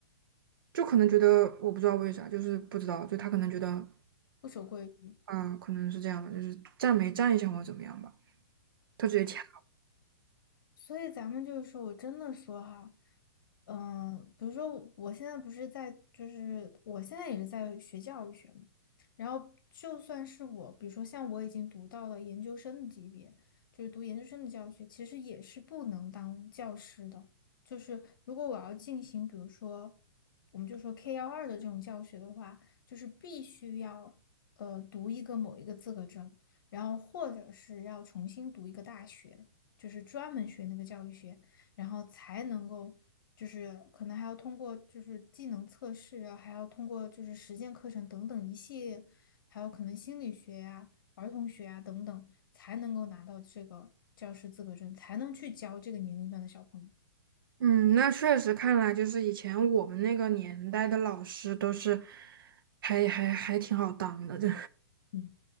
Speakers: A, on the right; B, on the left.
A: 就可能觉得我不知道为啥，就是不知道，就他可能觉得
B: 不守规矩。
A: 啊，可能是这样吧，就是站没站一下或者怎么样吧，他直接掐。
B: 所以咱们就是说，我真的说哈，嗯，比如说我我现在不是在，就是我现在也是在学教育学嘛，然后就算是我，比如说像我已经读到了研究生的级别，就是读研究生的教育学，其实也是不能当教师的。就是如果我要进行，比如说我们就说 K 幺二的这种教学的话，就是必须要呃读一个某一个资格证，然后或者是要重新读一个大学。就是专门学那个教育学，然后才能够，就是可能还要通过就是技能测试啊，还要通过就是实践课程等等一系列，还有可能心理学呀、儿童学呀等等，才能够拿到这个教师资格证，才能去教这个年龄段的小朋友。
A: 嗯，那确实看来就是以前我们那个年代的老师都是还还还挺好当的，这
B: 嗯